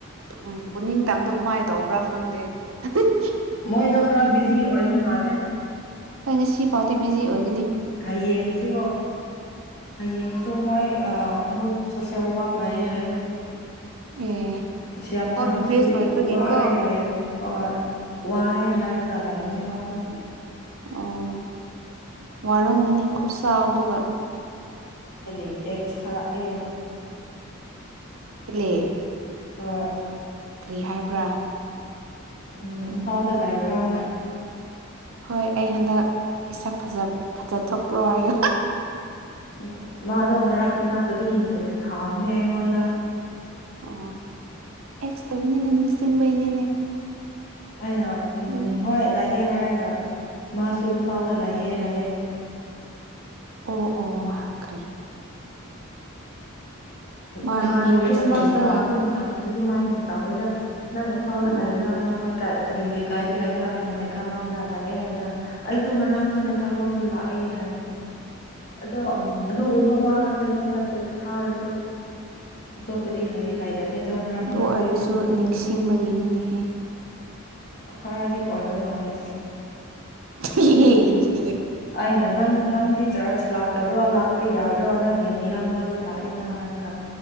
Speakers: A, on the right (about 70°); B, on the left (about 50°).
A: ꯎꯝ ꯎꯅꯤꯡꯇꯥꯡꯗꯣ ꯃꯥꯏ ꯇꯧꯕ꯭ꯔꯥ ꯈꯪꯗꯦ ꯑ ꯍꯨꯡ
B: ꯃꯣꯏꯗꯣ ꯈꯔ ꯕꯤꯖꯤ ꯑꯣꯏꯕ ꯃꯥꯜꯂꯦ
A: ꯍꯣꯏ ꯉꯁꯤ ꯐꯥꯎꯗꯤ ꯕꯤꯖꯤ ꯑꯣꯏ
B: ꯍꯌꯦꯡꯁꯨ ꯍꯌꯦꯡꯁꯨ ꯃꯣꯏ ꯑ ꯑꯃꯨꯛ ꯁꯣꯁꯦꯜ ꯋꯥꯛ ꯂꯩꯑꯦ ꯍꯥꯏꯌꯦ
A: ꯑꯦ
B: ꯑꯁ ꯌꯥꯝꯅꯪꯁꯨ
A: ꯍꯣꯏ ꯕꯤꯕꯦꯁ ꯂꯣꯏꯕꯒꯤꯀꯣ
B: ꯋꯥꯔꯦ ꯂꯥꯛꯑꯦ ꯍꯣꯏ ꯋꯥꯑꯦ ꯍꯥꯏꯔꯒ ꯂꯥꯛꯏꯕꯅꯦ ꯃꯥꯁꯨ <unintelligible>
A: ꯑꯣ ꯋꯥꯔꯝꯒꯅꯤ ꯈꯨꯁꯥꯎꯗꯨꯒ
B: ꯍꯦꯂꯤ ꯇꯦꯠꯁ ꯊꯥꯔꯛꯑꯦ
A: ꯍꯦꯂꯤ
B: ꯍꯣꯏ
A: ꯀꯔꯤ ꯍꯥꯏꯕ꯭ꯔꯥ
B: ꯎꯝ ꯏꯝꯐꯥꯜꯗ ꯂꯩꯕ꯭ꯔꯥꯅ
A: ꯍꯣꯏ ꯑꯩ ꯍꯟꯗꯛ ꯏꯁꯛ ꯐꯖ ꯐꯖꯊꯣꯛꯄ꯭ꯔꯣ ꯍꯥꯏꯌꯨ
B: ꯎ ꯃꯥꯗꯣ ꯃꯔꯛ ꯃꯔꯛꯇ ꯑꯗꯨꯝ :ꯇꯦꯠꯁ ꯊꯥꯕꯅꯤ ꯑꯩꯉꯣꯟꯗ
A: ꯑꯣ ꯑꯦꯛꯁ ꯑꯣꯏꯕꯅꯤꯅ ꯅꯤꯡꯁꯤꯡꯕꯩꯅꯤꯅꯦ
B: ꯑꯩꯅ ꯎꯝ
A: ꯑꯗꯨꯒꯤ
B: ꯍꯣꯏ ꯂꯩꯌꯦ ꯍꯥꯏꯔꯒ ꯃꯥꯁꯨ ꯏꯝꯐꯥꯜꯗ ꯂꯩꯌꯦ ꯍꯥꯏꯌꯦ
A: ꯑꯣ ꯑꯣ ꯀꯔꯤ ꯃꯥ
B: ꯅꯍꯥꯟ
A: ꯅꯨꯄꯤꯗꯣ
B: ꯈ꯭ꯔꯤꯁꯃꯥꯁꯇ
A: ꯂꯩꯕ꯭ꯔꯥ
B: ꯂꯥꯛꯄ ꯃꯇꯝ ꯑꯗꯨꯃꯥꯏꯅ ꯇꯧꯋꯦꯗ ꯅꯪ ꯏꯝꯐꯥꯜꯗ
A: ꯑꯣ
B: ꯂꯩꯕꯔꯥ ꯅꯪ ꯍꯣꯏ ꯀꯔꯤ ꯂꯩꯀꯥꯏꯗ ꯂꯩꯕ꯭ꯔꯥ ꯍꯥꯏꯅ ꯅꯦꯀꯥꯂꯣꯡꯗ ꯂꯩꯑꯦ ꯍꯥꯏꯕ꯭ꯔꯥ ꯑꯩꯁꯨ ꯉꯔꯥꯡꯗ ꯅꯦꯀꯥꯂꯣꯡꯗ ꯂꯥꯛꯑꯦ ꯍꯥꯏꯌꯦ ꯑꯗꯣ
A: ꯑꯣ
B: ꯑꯗꯨꯒꯨꯝꯕ ꯋꯥ ꯈꯛꯇꯅꯤꯗ ꯇꯦꯛꯁ ꯊꯥꯔꯁꯨ ꯑꯇꯣꯞꯄꯗꯤ ꯍꯥꯏꯗꯤ ꯍꯥꯏꯗꯕꯅꯦ ꯑꯗꯣ ꯃꯔꯛ
A: ꯑꯗꯨ
B: ꯃꯔꯛꯇꯗꯤ
A: ꯑꯣꯏꯔꯁꯨ
B: ꯑꯗꯨꯝ
A: ꯅꯤꯡꯁꯤꯡꯕꯒꯤꯅꯤꯅꯦꯍꯦ
B: ꯈꯔꯗꯤ ꯑꯣꯏꯕ ꯃꯥꯜꯂꯦ
A: <unintelligible>
B: ꯑꯩꯅ ꯅꯪ ꯅꯪꯗꯤ ꯆꯔꯆ ꯂꯥꯛꯇꯕ꯭ꯔꯣ ꯆꯠꯄ ꯌꯥꯗ꯭ꯔꯣ ꯅꯪꯒꯤꯅ ꯏꯌꯥꯝꯕꯗꯤ ꯂꯥꯛꯑꯦꯅ ꯍꯥꯏꯔꯒ